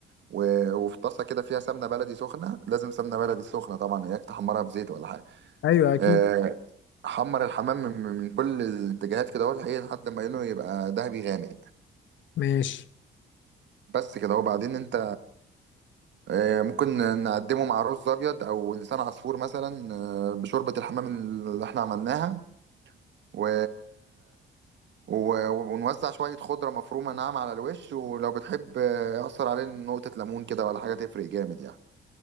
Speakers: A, on the right; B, on the left.
A: و... وفي طاسه كده فيها سمنه بلدي سخنه لازم سمنه بلدي سخنه طبعا اياك تحمرها بزيت ولا حاجه
B: ايوه اكيد
A: آه حمر الحمام من, من من كل الاتجاهات كده اهو لحقيقة لحد ما لونه يبقى ذهبي غامق
B: ماشي
A: بس كده اهو بعدين انت آه، ممكن نقدمه مع رز ابيض او لسان عصفور مثلا آه، بشوربه الحمام اللي احنا عملناها و... و... ونوزع شوية خضرة مفرومة ناعمة على الوش ولو بتحب آه، أعصر عليه نقطة ليمون كده ولا حاجة تفرق جامد يعني